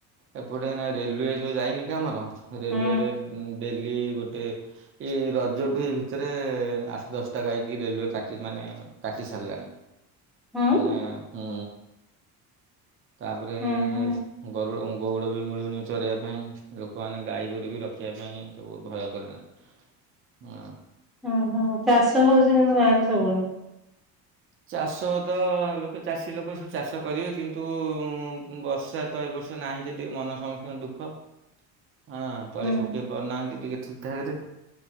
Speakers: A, on the right; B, in the centre.
A: ଏପଟେ ଏଇନା ରେଲୱେ ଯୋଉ ଯାଇନି କି ଆମର ରେଲୱେରେ
B: ହୁଁ
A: ଡେଲି ଗୋଟେ ଏଇ ରଜଟୁ ଏଇ ଭିତେରେ ଆ ଆଠ ଦଶଟା ଗାଈକି ରେଲୱେ କାଟି ମାନେ କାଟି ସାରିଲାଣି।
B: ହୁଁ।
A: ମାନେ ହୁଁ, ତାପରେ
B: ହୁଁ ହୁଁ
A: ଗରୁଡ଼ ଗଉଡ଼ ବି ମିଳୁନି ଚରେଇଆ ପାଇଁ। ଲୋକମାନେ ଗାଈ ଗୋରୁ ବି ରଖିଆ ପାଇଁ ସବୁ ଭୟ କଲେଣି। <unintelligible>
B: ଓହୋ, ଚାଷ ହଉଚି କିନ୍ତୁ ଗାଁରେ ସବୁବଳେ।
A: ଚାଷ ତ ଲୋକେ ଚାଷୀ ଲୋକ ସବୁ ଚାଷ କରିବେ କିନ୍ତୁ ବର୍ଷା ତ ଏ ବର୍ଷ ନାହିଁ ଯେଦି ମନ ସମସ୍ତଙ୍କ ଦୁଃଖ। ହଁ ତଳି
B: ହୁଁ
A: ପକେଇ ପାରୁନାହାନ୍ତି ଟିକେ ଠିକ୍ ଠାକ୍ ରେ।